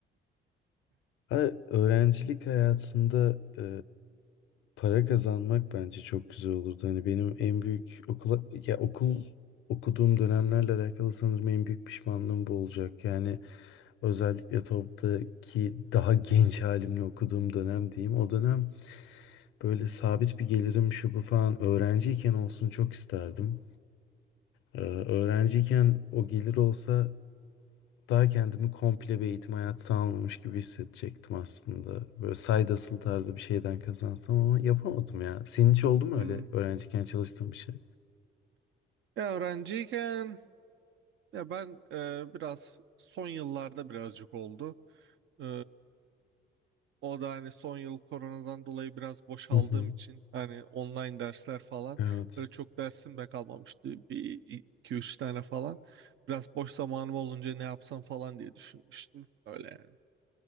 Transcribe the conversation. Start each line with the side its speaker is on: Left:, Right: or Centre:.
Left: Ha, öğrencilik hayatında e, para kazanmak bence çok güzel olurdu. Hani benim en büyük okula ya okul okuduğum dönemlerle alakalı sanırım en büyük pişmanlığım bu olacak. Yani özellikle TOBB'daki daha genç halimle okuduğum dönem diyeyim. O dönem böyle sabit bir gelirim şu bu falan öğrenciyken olsun çok isterdim. Ee, öğrenciyken o gelir olsa Daha kendimi komple bir eğitim hayatı tamamlamış gibi hissedecektim aslında. Böyle side hustle tarzı bir şeyden kazansam ama yapamadım ya. Senin hiç oldu mu
Right: Hmm.
Left: öyle öğrenciyken çalıştığın bir şey?
Right: Ya öğrenciyken ya ben e, biraz son yıllarda birazcık oldu. Ee, o da hani son yıl koronadan dolayı biraz boşaldığım
Left: Hı hı.
Right: için hani online dersler falan
Left: Evet.
Right: böyle çok dersim de kalmamıştı bir iki üç tane falan. Biraz boş zamanım olunca ne yapsam falan diye düşünmüştüm. Öyle yani.